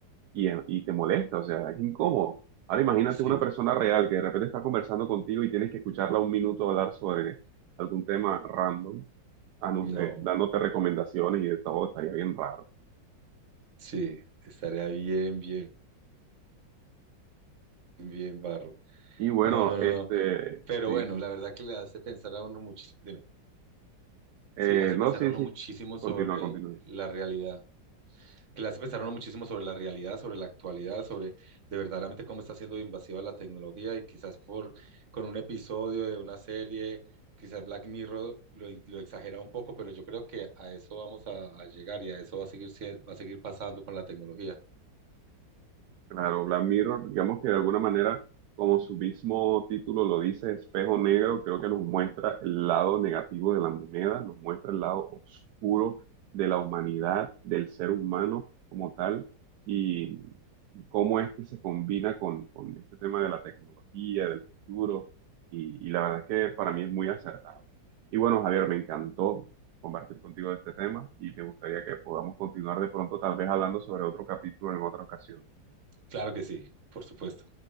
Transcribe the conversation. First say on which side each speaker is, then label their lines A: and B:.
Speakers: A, on the right; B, on the right.
A: y, eh, y te molesta, o sea, es incómodo. Ahora imagínate
B: sí,
A: una persona real que de repente está conversando contigo y tienes que escucharla un minuto hablar sobre algún tema random, anun-
B: no,
A: eh, dándote recomendaciones y de todo, estaría bien raro.
B: sí, estaría bien, bien, bien barro.
A: Y bueno,
B: No, no, no,
A: este,
B: no. Pero
A: sí.
B: bueno, la verdad que le hace pensar a uno muchísimo, dime,
A: Eh,
B: sí, le hace
A: no,
B: pensar
A: sí,
B: a uno
A: sí.
B: muchísimo sobre
A: Continúa, continúa.
B: la realidad. que le hace pensar a uno muchísimo sobre la realidad, sobre la actualidad, sobre de verdaderamente cómo está siendo invasiva la tecnología y quizás por con un episodio de una serie, quizás Black Mirror lo, in- lo exagera un poco, pero yo creo que a eso vamos a, a llegar y a eso va a seguir, sie- va a seguir pasando con la tecnología.
A: Claro, Black Mirror, digamos que de alguna manera, como su mismo título lo dice, espejo negro, creo que nos muestra
B: Ujú.
A: el lado negativo de la moneda, nos muestra el lado oscuro de la humanidad, del ser humano como tal, y cómo este se combina con, con este tema de la tecnología, del futuro, y, y la verdad es que para mí es muy acertado. Y bueno, Javier, me encantó compartir contigo este tema y me gustaría que podamos continuar de pronto, tal vez hablando sobre otro capítulo en otra ocasión.
B: Claro que sí, por supuesto.